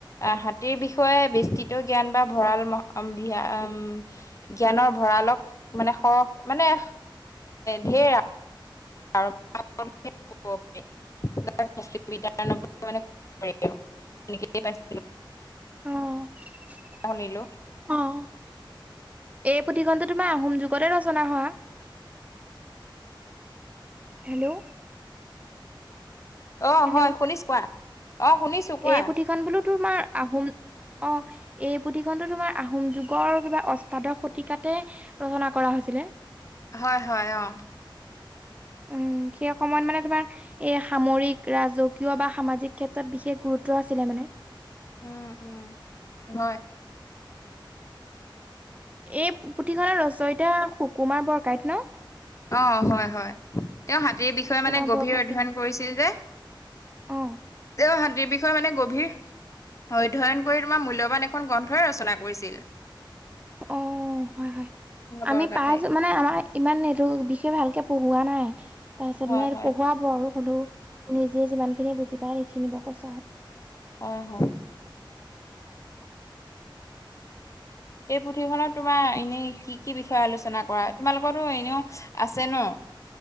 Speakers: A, on the left; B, on the right.
A: আহ হাতীৰ বিষয়ে বিস্তৃত জ্ঞান বা ভঁৰাল জ্ঞানৰ ভঁৰালক মানে সৰহ মানে এ ধঢেৰ আৰু <inaudible> পাইছিল
B: অ'
A: শনিলো
B: অ', এই পুথিখনটো তোমাৰ আহোম ক'ট ৰচনা হোৱা হেল্ল'
A: অ
B: হেল্ল'
A: হয় শুনিছো কোৱা অ শুনিছো কোৱা
B: এই পুথিখন বোলো তোমাৰ আহোম অ' এই পুথিখনটো তোমাৰ আহোম যুগৰ কিবা অষ্টাদশ শতিকাতে ৰচনা কৰা হৈছিলে।
A: হয় হয় অ'
B: উম সি অকমান মানে তোমাৰ এ সামৰিক ৰাজকীয় বা সামাজিক ক্ষেত্ৰত বিশেষ গুৰুত্ব আছিলে মানে
A: উম উম হয়।
B: এই পুথিখনৰ ৰচ এটা সুকুমাৰ বৰকাইত ন
A: অ', হয় হয় তেওঁ হাতীৰ বিষয়ে
B: সুকুমাৰ
A: মানে গভীৰ
B: বৰকাইত
A: অধ্যয়ন কৰিছিল যে
B: অ
A: তেওঁ হাতীৰ বিষয়ে মানে গভীৰ অধ্যয়ন কৰি তোমাৰ মূল্যবান এখন গ্ৰন্থই ৰচনা কৰিছিল।
B: অ' হয় হয়
A: বৰকথাই
B: আমি প মানে আমাৰ ইমান এইটো বিশেষ ভালকে পঢ়োৱা নাই, তাৰপিছত
A: হয়,
B: মানে
A: হয়।
B: পঢ়োৱাব আৰু হলেও নিজেই যিমানখিনি বুজি পায় সেইখিনি বৰ কৈ চোৱা হয়।
A: হয়, হয়। এই পুথিখনত তোমাৰ এনে কি কি বিষয়ে আলোচনা কৰা? তোমালোকৰটো এনেও আছে ন।